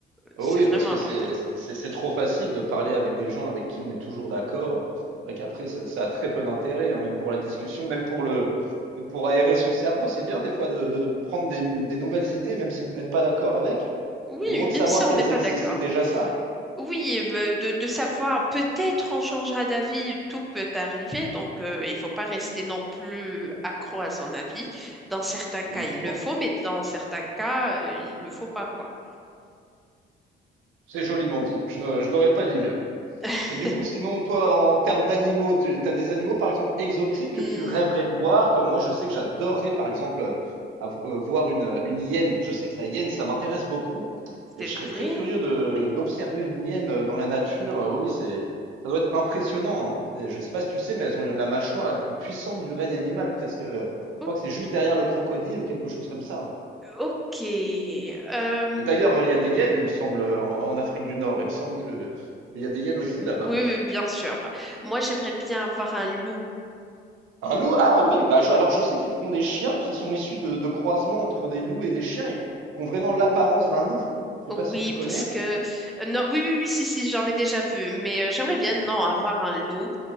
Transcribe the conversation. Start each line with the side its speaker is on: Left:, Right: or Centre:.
Right: Oh
Centre: c'est
Right: oui,
Centre: vraiment
Right: parce que
Centre: important.
Right: c'est, c'est, c'est- c'est trop facile de parler avec des gens avec qui on est toujours d'accord. C'est vrai qu'après, ça, ça a très peu d'intérêt, hein, même pour la discussion, même pour le, même pour aérer son cerveau. C'est bien des fois de, de prendre des, des nouvelles idées, même si vous n'êtes pas d'accord avec.
Centre: Oui,
Right: Mais au moins
Centre: même
Right: de savoir
Centre: si on
Right: qu'elles
Centre: n'est pas
Right: existent,
Centre: d'accord.
Right: c'est déjà ça.
Centre: Oui, euh, ben, de, de savoir, peut-être on changera d'avis, tout peut arriver, donc euh, il faut pas rester non plus accro à son avis. Dans certains
Right: Évidemment.
Centre: cas, il le faut, mais dans certains cas, euh, il le faut pas, quoi.
Right: C'est joliment dit. Je ne- je n'aurais pas dit mieux.
Centre: <laughs>
Right: Et du coup, sinon, toi, en termes d'animaux, tu as des animaux, par exemple, exotiques
Centre: Hmm,
Right: que tu rêverais de voir, comme moi, je sais que j'adorerais, par exemple, euh, avo- euh, voir une, une hyène. Je sais que la hyène, ça m'intéresse beaucoup. Et
Centre: c'est
Right: je
Centre: vrai.
Right: serais très curieux de, d'observer une hyène euh, dans la nature. Euh, Oui, c'est, ça doit être impressionnant, hein. C'est- Je ne sais pas si tu sais, mais elles ont la mâchoire la plus puissante du règne animal, presque. Euh, Je
Centre: O-
Right: crois que c'est juste derrière le crocodile ou quelque chose comme ça. hein.
Centre: Ok. Euh,
Right: Et D'ailleurs, euh, il y a des hyènes, il me semble, en, en Afrique du Nord. Il me semble que il y a des hyènes aussi là-bas.
Centre: oui,
Right: hein.
Centre: oui, bien sûr. Moi, j'aimerais bien avoir un loup.
Right: Un loup? Ah oui, bah je- alors je sais qu'ils font des chiens qui sont issus de, de croisements entre des loups et des chiens et qui ont vraiment l'apparence d'un loup. Je sais
Centre: Oui,
Right: pas si tu connais.
Centre: parce que... euh, Non, oui, oui, oui, si, si, j'en ai déjà vu, mais euh, j'aimerais bien, non, avoir un loup.